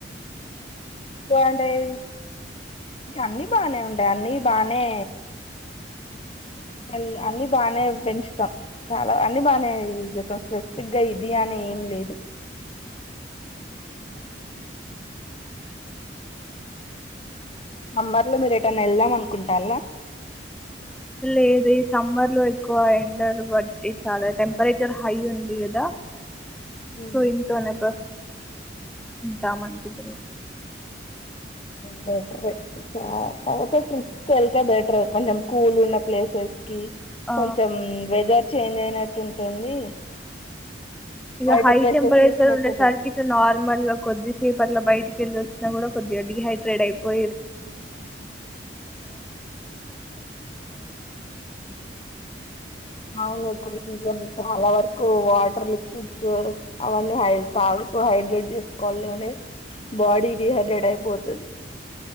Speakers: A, on the left; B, in the centre.
A: బాగుంటాయి అన్ని బానే ఉంటాయి అన్ని బానే మ అన్ని బానే పెంచుతాం చాలా అన్ని బానే స్పెసిఫిక్గా ఇది అని ఏం లేదు అంబార్లో మీర ఎటైనా వెళ్దాం అనుకుంటాలా
B: లేదు సమ్మర్ లో ఎక్కువ ఎండలు బట్టి చాలా టెంపరేచర్ హై ఉంది కదా
A: ఉమ్
B: సూయింట అనప్ప టామ అనుకుంటున్నాం
A: బెటర్ చ ట్రికి వెళ్తే బెటర్ కొంచెం కూల్ ఉన్న ప్లేసెస్ కి
B: ఆ
A: కొంచం వెదర్ చేంజ్ అయి ట్టు ఉంటుంది
B: ఇక
A: బయట
B: హై
A: ప్లేసెస్
B: టెంపరేచర్
A: చూసినట్టుంటది
B: ఉండే సరికి ఇట్లా నార్మల్ గా కొద్ది సెపట్ల్బయటికి వెల్లోచైనా కూడా కొద్దిగా డిహైడ్రేట్ అయిపో
A: అవును ఒక సీజన్ చాలా వరకు వాటర్ లిక్విడ్స్ అవన్నీ హై తాగుతూ హైడ్రేట్ చేసుకోవాలి కాని బాడీ డిహైడ్రేట్ అయిపోతుది